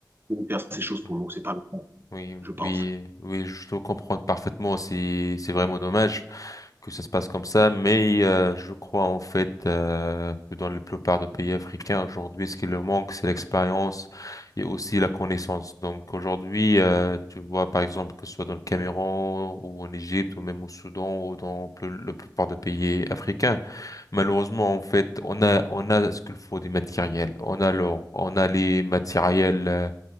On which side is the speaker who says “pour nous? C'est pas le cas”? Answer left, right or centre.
Right